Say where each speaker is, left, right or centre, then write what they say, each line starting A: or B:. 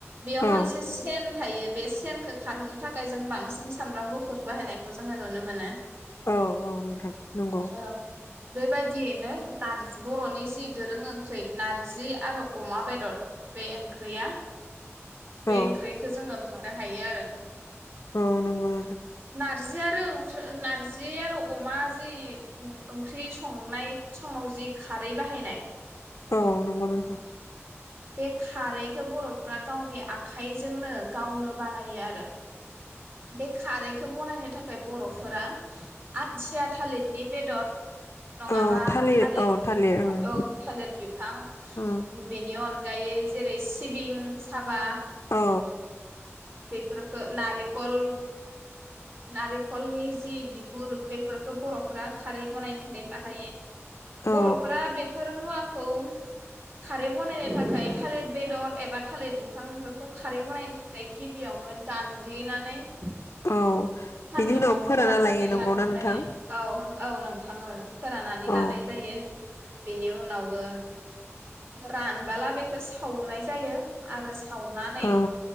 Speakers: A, on the right; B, on the left.
A: बेयाव
B: औ
A: मोनसे सेन थायो बे सेनखौ खारहोनो थाखाय जों बांसिन सामब्राम गुफु गुफुर बाहायनायखौ जोङो नुनो मोनो।
B: औ औ नोंथां नंगौ
A: ओं बेबायदि बिनो नारजि बर'नि जि दोरों ओंख्रि नारजि आरो अमा बेदर बे ओंख्रिया बे
B: औ
A: ओंख्रिखौ जोङो मोननो हायो आरो।
B: औ नंगो।
A: नारजिया रोखोम नारजि आरो अमा जि ओंख्रि संनाय समाव जि खारै बाहायनाय
B: औ नंगौ नोंथां।
A: बे खारैखौ बर'फ्रा गावनि आखाइजोंनो गावनो बानायो आरो। बे खारैखौ बनायनो था खाय बर'फोरा आथिथिया थालिरनि बेदर नङाबा
B: औ
A: थालिर
B: औ
A: बि
B: ओं
A: औ थालिर बिफां
B: ओं
A: बेनि अनगायै जेरै सिबिं साबा
B: औ
A: बेेफोरखो नारि कल नारिखलनि जि बिगुर बेफोरखौ बर'फ्रा खारै बानायनो थाखाय बाहायो।
B: औ
A: बर'फोरा बेफोर मुवा ओ खारै बनायनो थाखाय थालिर बेदर एबा थालिर बिफांफोरखौ खारै बानायनो थाखाय गिबियावनो दानग्लिनानै नै
B: औ
A: सानदुंङाव
B: बिनि उनाव फोरानना
A: फोराननानै
B: लायो नंगौना
A: लानाय
B: नोंथां
A: जायो औ औ नोंथां औ फोराननानै
B: औ
A: लानाय जायो बेनि उनावबो रान बाला बेखौ सावनाय जायो आरो सावनानै
B: औ